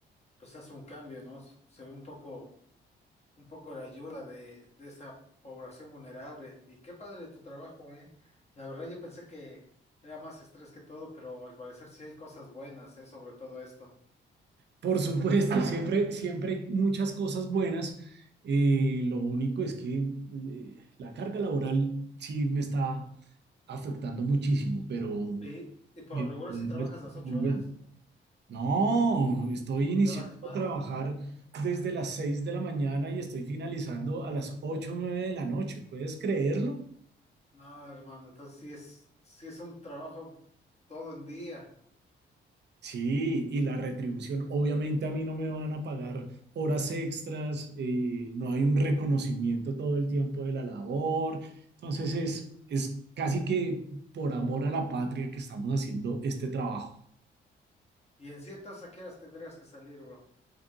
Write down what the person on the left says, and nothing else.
pues hace un cambio, ¿no? Se ve un poco, un poco la ayuda de, de esa población vulnerable. Y qué padre tu trabajo, ¿eh? La verdad yo pensé que era más estrés que todo, pero al parecer sí hay cosas buenas, ¿eh? Sobre todo esto.
Y, y por
lo regular
si trabajas
las
ocho
horas,
¿trabajas más?
Ah,
no, hermano, entonces sí es, sí es un trabajo todo en día.
Y en ciertas, ¿a qué horas tendrías que salir, bro?